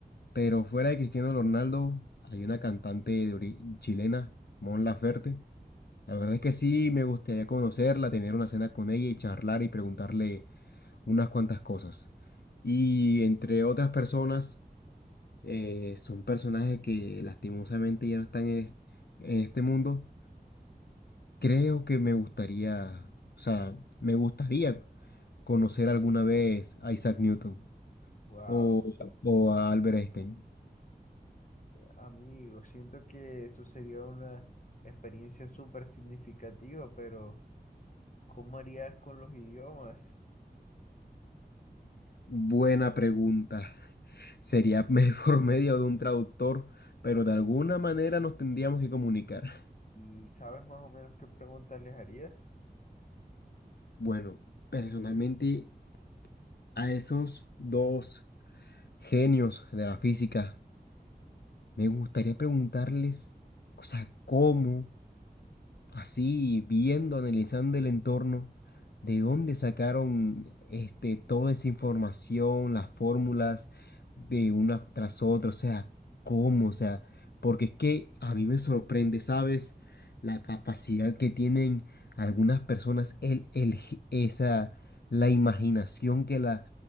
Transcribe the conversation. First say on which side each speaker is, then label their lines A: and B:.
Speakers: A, on the left (about 75°); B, on the left (about 50°).
A: Pero fuera de Cristiano Ronaldo, hay una cantante de ori- chilena, Mon Laferte. La verdad es que sí, me gustaría conocerla, tener una cena con ella y charlar y preguntarle unas cuantas cosas. Y entre otras personas, eh, son personajes que lastimosamente ya no están en es- en este mundo. Creo que me gustaría, o sea, me gustaría conocer alguna vez a Isaac Newton
B: Wow,
A: o, o a Albert Einstein.
B: amigo, siento que eso sería una experiencia súper significativa, pero ¿cómo harías con los idiomas?
A: Buena pregunta. Sería me- <laughs> por medio de un traductor, pero de alguna manera nos tendríamos que comunicar.
B: ¿Y sabes más o menos qué preguntas les harías?
A: Bueno, personalmente a esos dos genios de la física, me gustaría preguntarles, o sea, cómo. así viendo, analizando el entorno, de dónde sacaron este, toda esa información, las fórmulas de una tras otra, o sea, cómo, o sea, porque es que a mí me sorprende, ¿sabes? La capacidad que tienen algunas personas, el, el, gi- esa, la imaginación que la